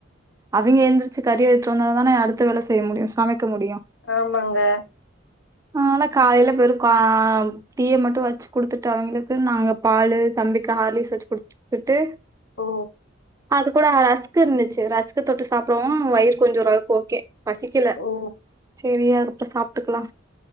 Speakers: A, on the right; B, on the left.
A: அவிங்க எந்திரிச்சு கறி வெச்ச ஒட்னே தான் அடுத்த வேல செய்ய முடியும் சமைக்க முடியும்
B: ஆமாங்க
A: ஆனல காலையில பேறுகா டீயா மட்டும் வெச்சு குடுத்துட்டு அவங்களுக்கு நாங்க பாலு தம்பி ஹார்லிக்ஸ் வெச்சு குடுத்துகிட்டு
B: ஓ
A: அது கூட ரஸ்க் இருந்துச்சு ரஸ் க் தொட்டு சாப்டுவும் வயிற கொஞ்சம் அளவுக்கு ஓகே பசிக்கல
B: ஓ
A: சேரியா <unintelligible> சாப்ட்டுக்கலா